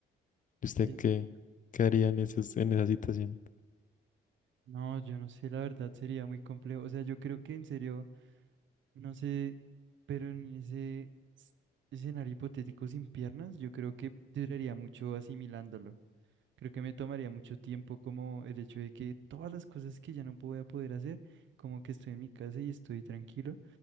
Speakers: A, on the left; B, on the right.
A: ¿Y ¿Usted
B: Sí, entiendo.
A: qué, qué haría en esas, en esa situación?
B: No, yo no sé, la verdad sería muy complejo. O sea, yo creo que en serio, no sé, pero en ese s- escenario hipotético sin piernas, yo creo que duraría mucho asimilándolo. Creo que me tomaría mucho tiempo como el hecho de que todas las cosas que ya no voy a poder hacer, como que estoy en mi casa y estoy tranquilo